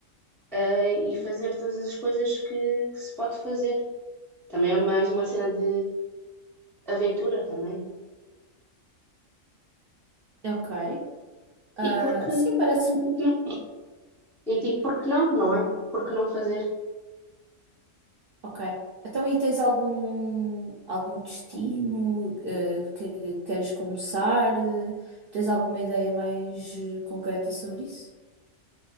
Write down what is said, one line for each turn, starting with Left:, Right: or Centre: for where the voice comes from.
Centre: eh, e fazer todas as coisas que, que se pode fazer. Também é mais uma cena de aventura também.
Right: Ok. Ah,
Centre: E porque,
Right: sim, parece-me.
Centre: porque não? E tipo, porque não, não é? Porque não fazer?
Right: Ok. Então, e tens algum, algum destino eh, que queiras começar? Eh, Tens alguma ideia mais eh, concreta sobre isso?